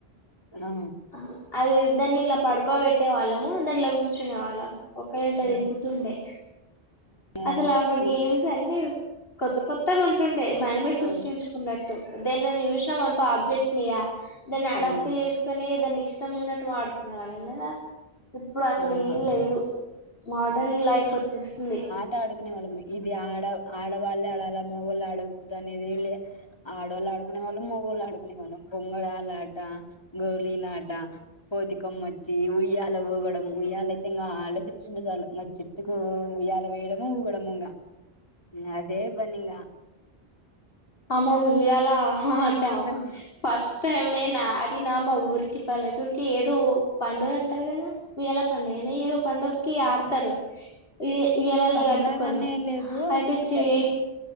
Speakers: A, on the left; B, on the left.
A: ఆ
B: ఆ అది దాన్ని ఇట్ల పడుకోబెట్టే వాళ్ళము దాంట్లో కూర్చునే వాళ్ళం ఒకలిట్ల
A: ఉమ్
B: ఇంపుతుండే
A: ఆ
B: అసలఫడ్
A: ఉ
B: గేమ్స్ అన్ ని కొత్త కొత్తగా ఉంటుండే మనమే సృష్టించుకున్నట్టు
A: అవును
B: దేన్న న సా యూష్ణమనుకో ఆబ్జెక్ట్ లియా దాన్ని అడాప్ట్
A: ఉమ్
B: యేసుకొని దాన్ని ఇష్టం ఉన్నట్టు వాడుకునే వాళ్ళం గదా ఇప్పుడు అట్లేం
A: ఆ
B: లేదు మోడర్న్ లైఫ్ ఒచ్చేస్తుంది
A: ట ఆడుకునే వాళ్ళమే ఇది ఆడవ్ ఆడవ వాళ్లే ఆడాల మొగోళ్ళు ఆడకూడదు అనేదేం లే, ఆడోళ్ళు ఆడుకునే వాళ్లు మొగోళ్ళు ఆడుకునే వాళ్ళం. బొంగరాల ఆట గోళీలాట కోతికమ్మొచ్చి ఉయ్యాల ఊగడం ఉయ్యాల అయితే ఇంగ హల్డేస్ ఇచ్చుండు జాలు. నచ్చి ట్టుకు ఉయ్యాల వేయడము ఊగడముంగా అదే పన్నీంగ
B: అమ్మో ఉయల హ హ ట
A: ఊగుతాం
B: ఫస్ టమే నా అది నామ ఊరికి పల్లెటూర్కి ఏదో పండుగ అంటరు గద ఉయల పండుగన ఏదో పండుకి ఆడతారు ఈ ఉయలలు
A: పండగనే
B: గట్టుకొని
A: లేదు
B: అయితే చేన్
A: ప్రతి